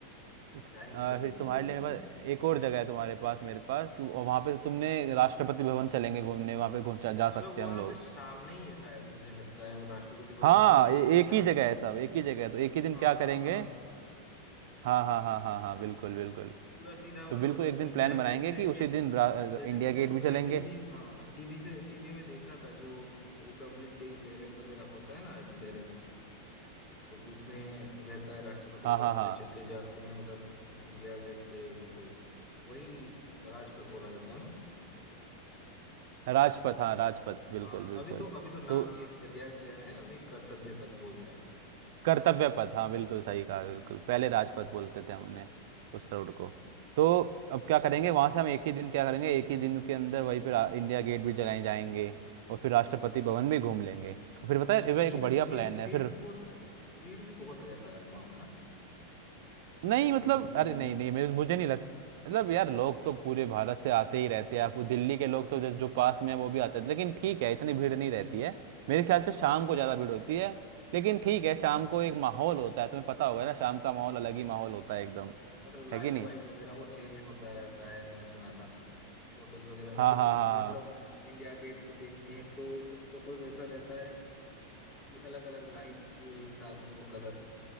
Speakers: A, on the right; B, on the left.
A: इस
B: जाएंगे
A: अ,
B: जरूर
A: फिर
B: जरूर
A: तुम्हारे लिए
B: जाएंगे
A: मेरे पास एक और जगह है तुम्हारे पास मेरे पास कि वहां पे तुमने राष्ट्रपति भवन चलेंगे घूमने वहां पे घूम जा जा
B: मतलब
A: सकते
B: वहां
A: हैं हम लोग
B: पे सामने ही है शायद मुझे लगता है और राष्ट्रपति भवन
A: हाँ
B: मतलब पूरा
A: ए,
B: सीधा
A: एक ही जगह है सब एक ही जगह है तो एक ही दिन
B: हाँ
A: क्या
B: हाँ
A: करेंगे
B: हाँ
A: हाँ हाँ हाँ हाँ हाँ बिल्कुल बिल्कुल
B: पूरा सीधा
A: तो
B: मतलब
A: बिल्कुल
B: अ,
A: एक दिन
B: इंडिया
A: प्लान बनाएंगे
B: गेट से
A: कि उसी
B: एक
A: दिन रा-
B: जैसे
A: इंडिया
B: कि
A: गेट
B: मैं
A: भी चलेंगे
B: मैं टीवी हाँ टीवी से टीवी में देखा था जो रिपब्लिक डे परेड वगैरह होता है ना परेड उसमें रहता है राष्ट्रपति
A: हाँ
B: भवन
A: हाँ हाँ
B: से चल के जाते हैं उधर इंडिया गेट से ऐसे वही राजपथ बोला जाता है ना
A: राजपथ हाँ राजपथ बिल्कुल
B: हाँ
A: बिल्कुल
B: अभी तो अभी तो नाम
A: तो
B: चेंज कर दिया गया है अभी कर्तव्य पथ बोलते हैं
A: कर्तव्य पथ हाँ बिल्कुल सही कहा बिल्कुल पहले राजपथ बोलते थे हम उन्हें उस रोड को
B: हाँ।
A: तो अब क्या करेंगे वहां से हम एक ही दिन क्या करेंगे एक ही दिन के अंदर वहीं पे रा- इंडिया गेट भी चलाए जाएंगे और फिर राष्ट्रपति भवन भी घूम लेंगे और फिर पता
B: अच्छा
A: है
B: भीड़
A: ये एक बढ़िया
B: भीड़
A: प्लान है
B: भीड़
A: फिर
B: भी बहुत रहता है भीड़ भी बहुत रहता है वहां पे ना अ,
A: नहीं
B: जो
A: मतलब
B: इंडिया
A: अरे नहीं नहीं मेरे मुझे नहीं लगता मतलब यार लोग तो पूरे भारत से आते ही रहते हैं आप दिल्ली के लोग तो जो, जो पास में है वो भी आते हैं लेकिन ठीक है इतनी भीड़ नहीं रहती है मेरे ख्याल से शाम को ज़्यादा भीड़ होती है लेकिन ठीक है शाम
B: अच्छा
A: को
B: अच्छा
A: एक माहौल होता है तुम्हें पता होगा ना शाम का माहौल अलग ही माहौल होता है एकदम
B: मतलब लाइट
A: है कि नहीं
B: वाइट वगैरह वो चेंज होता रहता है मैंने सुना था फोटोज वगैरह
A: हाँ
B: में कुछ
A: हाँ हाँ
B: मतलब इंडिया गेट को देखते हैं तो कुछ फोटोज ऐसा रहता है कि अलग अलग लाइट के हिसाब से वो कलर